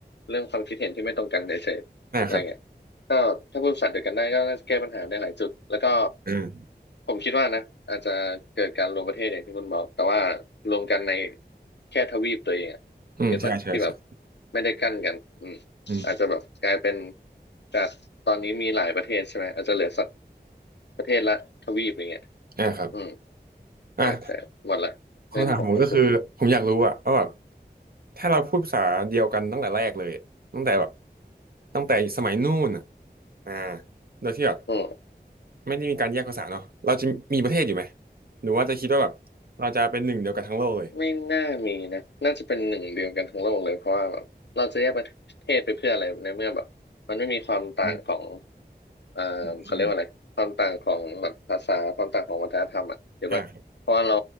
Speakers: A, on the left (about 80°); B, on the right (about 60°).
A: เรื่องความคิดเห็นที่ไม่ตรงกันเฉยๆอะไรเงี้ย
B: อ่าครับ
A: ก็ถ้าพูดภาษาเดียวกันได้ก็น่าจะแก้ปัญหาได้หลายจุดแล้วก็
B: อืม
A: ผมคิดว่านะอาจจะเกิดการรวมประเทศอย่างที่คุณบอกแต่ว่ารวมกันในแค่ทวีปตัวเองอะเก็ตปะที่แบบ
B: อืมใช่ใช่ใช่
A: ไม่ได้กั้นกันอืม
B: อืม
A: อาจจะแบบกลายเป็นจากตอนนี้มีหลายประเทศใช่ไหมอาจจะเหลือสัก ประเทศละทวีปอย่างเงี้ย
B: อ่าครับ
A: อืม
B: อ่ะ
A: แต่แต่หมดละเรื่องที่ผมจะพูด
B: คำถามผมก็คือผมอยากรู้อะว่าแบบถ้าเราพูดภาษาเดียวกันตั้งแต่แรกเลยตั้งแต่แบบตั้งแต่สมัยนู่นอะอ่าโดยที่แบบ
A: อืม
B: ไม่ได้มีการแยกภาษาเนาะเราจะมีประเทศอยู่ไหมหรือว่าจะคิดว่าแบบเราจะเป็นหนึ่งเดียวกันทั้งโลกเลย
A: ไม่น่ามีนะน่าจะเป็นหนึ่งเดียวกันทั้งโลกเลยเพราะว่าแบบเราจะแยกประเทศไปเพื่ออะไรในเมื่อแบบมันไม่มีความต่างของ
B: อืม
A: เอ่อเขาเรียกว่าอะไรความต่างของแบบภาษาความต่างของวัฒนธรรมอ่ะเห็นปะเพราะว่าเรา
B: อืมอ่าครับ